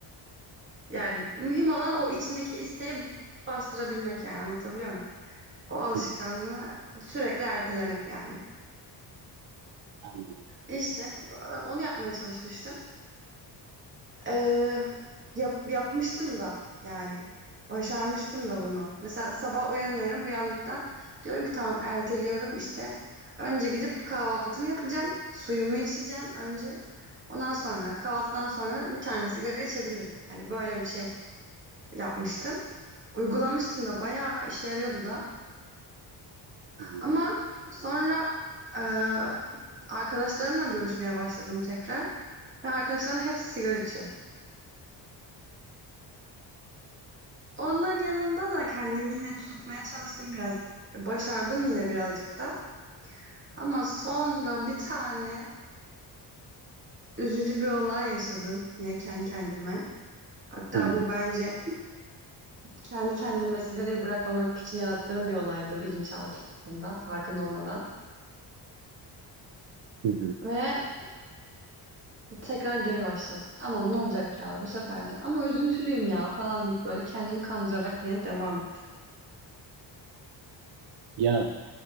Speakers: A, on the right (about 25°); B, on the right (about 75°).
A: Yani mühim olan o içindeki isteği bastırabilmek yani anlatabiliyor muyum? O alışkanlığı
B: hı hı.
A: sürekli ertelemek yani.
B: Anladım.
A: İşte e, onu yapmaya çalışmıştım. Ee, yap, yapmıştım da yani. Başarmıştım da bunu. Mesela sabah uyanıyorum. Uyandıktan diyorum ki tamam erteliyorum işte. Önce gidip kahvaltımı yapacağım. Suyumu içeceğim önce. Ondan sonra kahvaltıdan sonra bir tane sigara içebilirim. Hani böyle bir şey yapmıştım. Uygulamıştım da bayağı işe yarıyordu da.
B: Hmm,
A: Ama sonra e, arkadaşlarımla görüşmeye başladım tekrar. Ve arkadaşlarım hepsi sigara içiyor. Onların yanında da kendimi yine tutmaya çalıştım biraz. Başardım yine birazcık da. Ama sonra bir tane üzücü bir olay yaşadım yine kendi kendime. Hatta
B: Hı hı,
A: bu bence kendi kendime sigarayı bırakmamak için yarattığım bir olaydı bilinçaltımda farkında olmadan.
B: hı hı.
A: Ve tekrar geri başladım. Aman ne olacak ya bu sefer de. Ama üzüntülüyüm ya falan deyip böyle kendimi kandırarak yine devam ettim.
B: Ya